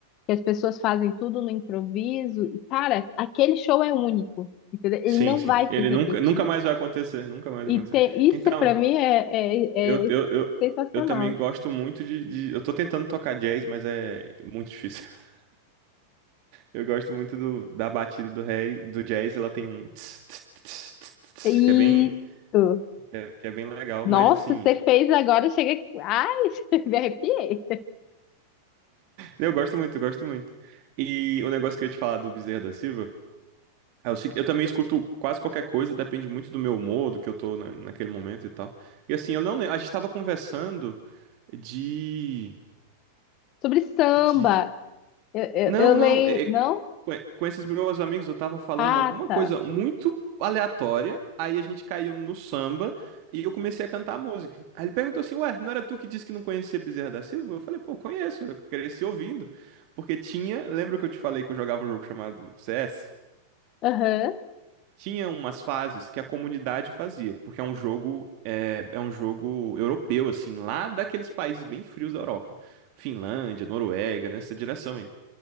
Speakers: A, on the left; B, on the right.
A: que as pessoas fazem tudo no improviso, e cara, aquele show é único, entendeu? Ele
B: Sim,
A: não
B: sim.
A: vai
B: Ele
A: se repetir.
B: nunca, nunca mais vai acontecer, nunca mais vai
A: E
B: acontecer.
A: ter, isso
B: Então,
A: pra mim é, é,
B: eu,
A: é
B: eu, eu,
A: sensacional.
B: eu também gosto muito de, de- Eu tô tentando tocar jazz, mas é muito difícil. <laughs> Eu gosto muito do, da batida do rei, do jazz, ela tem um tss, tss, tss, tss, tss,
A: É Isso.
B: que é bem, que é, que é bem legal,
A: Nossa,
B: mas assim,
A: você fez agora, chega aqui. Ai, <laughs> me arrepiei.
B: Eu gosto muito, eu gosto muito. E o negócio que eu ia te falar do Bezerra da Silva é o seguinte, eu também escuto quase qualquer coisa, depende muito do meu humor, do que eu tô na- naquele momento e tal. E assim, eu não lembro, a gente tava conversando de,
A: Sobre samba.
B: de...
A: Eu, eu,
B: Não,
A: eu leio.
B: não, é- é
A: Não?
B: com, com esses meus amigos, eu tava falando
A: Ah,
B: alguma
A: tá.
B: coisa muito aleatória, aí a gente caiu no samba e eu comecei a cantar a música. Aí ele perguntou assim: Ué, não era tu que disse que não conhecia Bezerra da Silva? Eu falei: Pô, conheço, eu cresci ouvindo. Porque tinha, lembra que eu te falei que eu jogava um jogo chamado CS?
A: Aham.
B: Tinha umas fases que a comunidade fazia, porque é um jogo, é, é um jogo europeu, assim, lá daqueles países bem frios da Europa. Finlândia, Noruega, nessa direção aí.